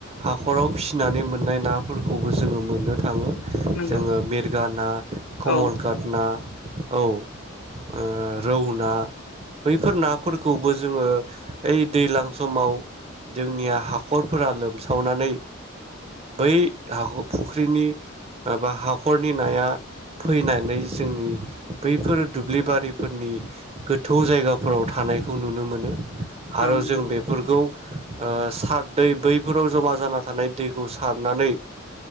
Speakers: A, on the right; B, on the left.
A: हाखराव फिसिनानै मोननाय नाफोरखौबो जोङो मोननो थाङो।
B: नंगौ
A: जोङो मिरगा ना, कमलघाट
B: औ
A: ना। औ। ओ रौ ना बैफोर नाफोरखौबो जोङो ओइ दैज्लां समाव जोंनिया हाखरफोरा लोमसावनानै बै हाख फुख्रिनि बा हाखरनि नाया फैनानै जोंनि बैफोर दुब्लिबारिफोरनि गोथौ जायगाफोराव थानायखौ नुनो मोनो।
B: औ
A: आरो
B: नंगौ
A: जों बेफोरखौ ओ सार दै बैफोराव जमा जाना थानाय दैखौ सारनानै